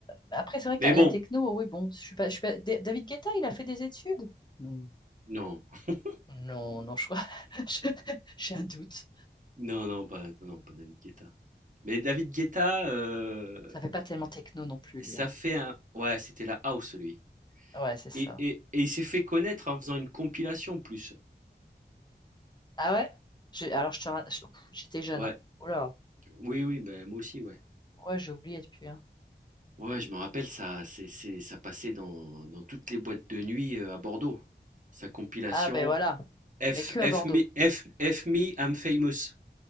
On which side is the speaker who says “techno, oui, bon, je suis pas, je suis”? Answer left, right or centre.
Left